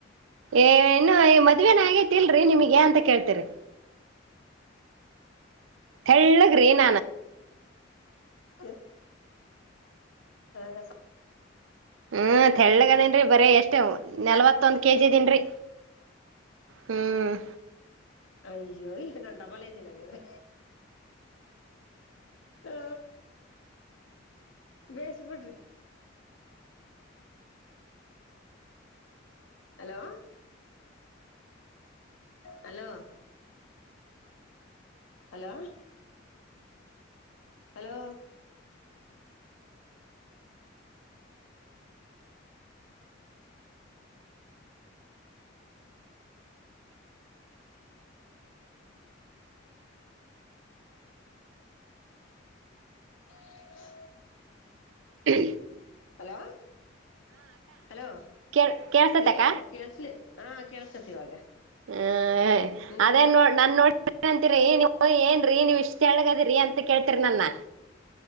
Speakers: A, on the right; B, on the left.
A: ಏ ಇನ್ನು ಈ ಮದ್ವೆನ ಆಗೈತಿಲ್ರಿ ನಿಮಗೆ ಏ ಅಂತ ಕೇಳ್ತರಿ ತೆಳ್ಳ ಗ್ರೀನ್ನ
B: ಹ ಹಸ
A: ಹ್ಮ ತೆಳ್ಳಗದೇನ್ರಿ ಬರೀ ಎಷ್ಟು ನಲ್ವತ್ತೊಂದ್ ಕೆಜಿ ಇದೇನ್ರಿ ಹ್ಮ್
B: ಅಯ್ಯೋ ಈಗ ನನ್ ಡಬಾಲ ಇದ್ದೀನಂಗಾದ್ರೆ ಹಾ ಬೇಸ ಬಿಡ್ರಿ ಹಲೋ ಹಲೋ ಹಲೋ ಹಲೋ ಹ
A: ಹ್ಮ
B: ಹಲೋ ಹಲೋ
A: ಕೇಳ್ ಕೇಳ್ಸತಕ್ಕ
B: ಏನು ಕಳ್ಸ ಹಾ ಕೇಸತಿ ಇವಾಗ
A: ಹ್ಮ
B: ಇನ್ನೇನಮ್ಮ
A: ಅದೇ ನೋ ನನ್ ನೋಡಿ ಅಂತಿರರಿ ಏ ನೀ ಯ್ ಏನ್ ನೀವು ಇಷ್ಟೆಳಗದ್ರಿ ಅಂತ ಕೇಳ್ತೀರಿ ನನ್ನ